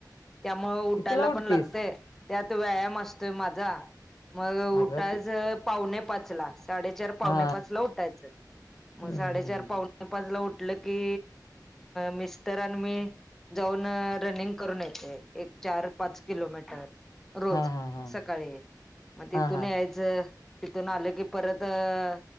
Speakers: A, in the centre; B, on the left.
A: त्यामु उठायला
B: कितीला उठतीस
A: पण लागते. त्यात व्यायाम असतोय माझा, मग उठायच
B: अगं कि
A: पावणे पाच ला साडे पावणे
B: हा
A: पाच उठायचा.
B: हम्म
A: साडे
B: हम्म
A: चार
B: हम्म
A: पावणे पाजला उठलं की मिस्टर आणि मी जाऊन रनिंग करून येते एक चार पाच किलोमीटर रोज
B: हा हा हा
A: सकाळी मग
B: हा
A: तिथून
B: हा
A: यायचं तिथून आलं की परत तर